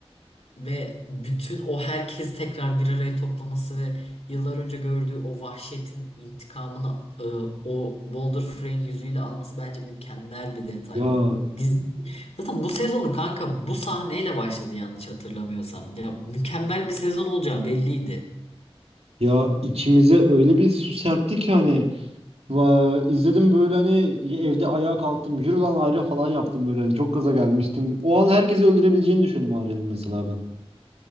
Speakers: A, on the left; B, on the right.
A: ve bütün o herkesi tekrar bir araya toplaması ve yıllar önce gördüğü o vahşetin intikamını e, o Walder Frey'in yüzüyle alması bence mükemmel bir detay.
B: Ya
A: Dizi- zaten bu sezonu kanka bu sahneyle başladı yanlış hatırlamıyorsam. Ya mükemmel bir sezon olacağı belliydi.
B: ya içimize öyle bir su serpti ki hani va, izledim böyle hani evde ayağa kalktım. Yürü lan Arya falan yaptım böyle. Hani çok gaza gelmiştim. O an herkesi öldürebileceğini düşündüm Arya'nın mesela ben.